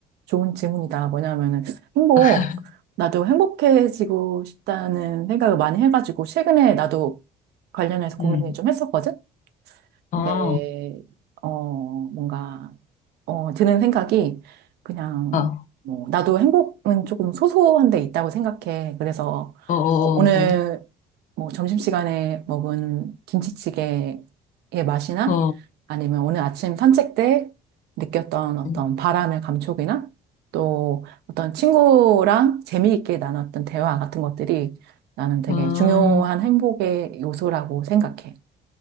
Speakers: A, on the right; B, on the left.
A: 좋은 질문이다. 뭐냐면은 행복.
B: <laughs>
A: 나도 행복해지고 싶다는 생각을 많이 해가지고 최근에 나도 관련해서 고민을
B: 응
A: 좀 했었거든?
B: 아,
A: 근데 어, 뭔가, 어, 드는 생각이 그냥,
B: 아,
A: 뭐, 나도 행복은 조금 소소한 데 있다고 생각해. 그래서
B: 어, 어,
A: 어, 오늘
B: 어,
A: 뭐 점심시간에 먹은 김치찌개의 맛이나
B: 어,
A: 아니면 오늘 아침 산책 때 느꼈던 어떤
B: 어,
A: 바람의 감촉이나 또 어떤 친구랑 재미있게 나눴던 대화 같은 것들이 나는 되게
B: 어, 어.
A: 중요한 행복의 요소라고 생각해.